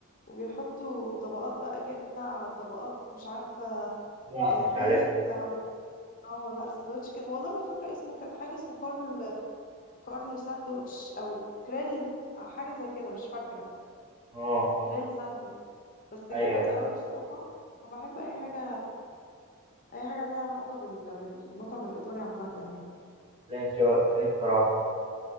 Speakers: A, on the left; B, on the right.
A: وبيحطوا طبقات بقى جبنة على طبقات مش عارفة
B: مم.
A: آه،
B: مش
A: بيض
B: عارف
A: على اه لا سندوتش كان والله ما فاكرة اسمه كان حاجة اسمه كارل كارل ساندوتش او كريل أو حاجة زي كده مش فاكرة
B: اه
A: كريل ساندوتش بس
B: ايوه
A: جامد قوي بصراحة أنا بحب أي حاجة أي حاجة ليها علاقة بال... بالمطعم الإيطالي عامة يعني
B: لا انت شوقتني بصراحه